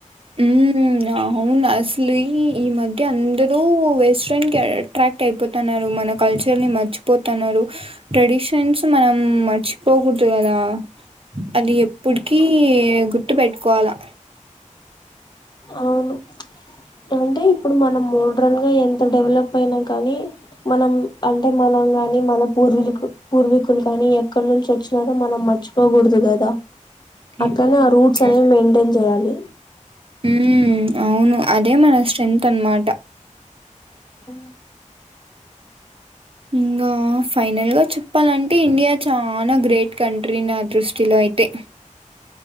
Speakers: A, on the right (about 45°); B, on the left (about 35°).
A: హ అవును అసలు ఈ మధ్య అందరూ వెస్ట్రన్ క అట్రాక్ట్ అయిపోతున్నారు, మన కల్చర్ ని మర్చిపోతున్నారు, ట్రెడిషన్స్ మనం మర్చిపోకూడదు కదా అది ఎప్పటికీ గుర్తుపెట్టుకోవాలా
B: అవును అంటే ఇప్పుడు మనం మూడు సడన్గా ఎంత డెవలప్ అయినా కానీ మనం అంటే మనంగాని మ పూ పుర్వికుల్ పుర్వికులు కానీ అక్కడ నుంచి వచ్చినారో మనం మర్చిపోకూడదు కద్ <unintelligible>
A: హ్మ్.
B: అట్నే ఆ రూట్స్ అనేవి మెయింటైన్ చేయాలి
A: మ్ అవును అదే మన స్ట్రెంత్ అన్నమాట
B: ఆ
A: ఇంకా ఫైనల్గా చెప్పాలంటే ఇండియా చాలా గ్రేట్ కంట్రీ నా దృష్టిలో అయితే.